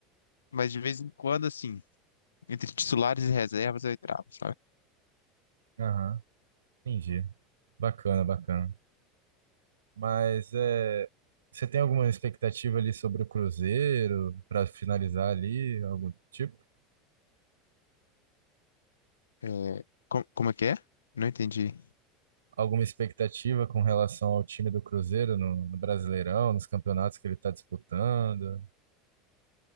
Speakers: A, on the left (about 80°); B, on the right (about 80°).
A: mas de vez em quando, assim, entre titulares e reservas eu entrava, sabe?
B: Aham, entendi. Bacana, bacana. Mas é, você tem alguma expectativa ali sobre o Cruzeiro para finalizar ali, algum tipo?
A: É, com- como é que é? Não entendi.
B: Alguma expectativa com relação ao time do Cruzeiro no, no Brasileirão, nos campeonatos que ele está disputando?